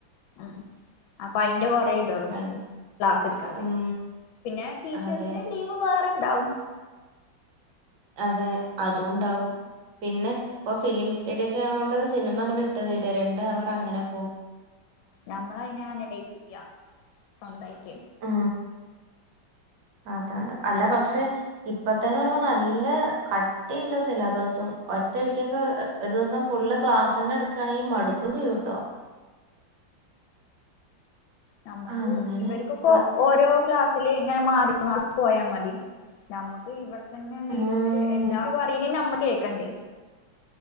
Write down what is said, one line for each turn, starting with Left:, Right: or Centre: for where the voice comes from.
Left: ഉം അപ്പൊ അയിന്റെ കൊറെ ഇതോളും
Right: കണ്ട്-
Left: ക്ലാസ് എട്ക്കാതെ
Right: ഉം
Left: പിന്നെ ടീച്ചേഴസിന്
Right: അതെ
Left: ലീവ് വേറെണ്ടാവും
Right: അതെ അതുണ്ടാവും പിന്നെ ഇപ്പൊ ഫിലിം സ്റ്റഡിയൊക്കെ ആവോണ്ട് സിനിമ അങ്ങ്ട്ട് ഇട്ട് തരി രണ്ട അവർ അങ്ങനെ പോവും
Left: നമ്മൾ അയിനെ അനലൈസ് യ്യാ സ്വന്തായിട്ട്
Right: ആ അതാണ് അല്ല പക്ഷെ ഇപ്പത്തന്നെര് പറയിമ്പോ നല്ല കട്ടിയുള്ള സിലബസ്സും ഒറ്റടിക്കൊക്കെ ഒരു ദിവസം ഫുള്ള് ക്ലാസ്സ്ന്നെ എടുക്കാണെങ്കിൽ മടുക്കും ചെയ്യൂട്ടോ
Left: നമുക്ക്
Right: അങ്ങനെ
Left: ഇവര്ക്കൊക്ക
Right: വ
Left: ഓരോ ക്ലാസ് ല് ഇങ്ങനെ മാറി മാറി പോയാ മതി നമ്മക്ക് ഇവിട പിന്നെ ഒന്നിഇരുത്തിട്ട്
Right: ഉം
Left: എല്ലാരു പറയ്ണ നമ്മ കേക്കണ്ടേ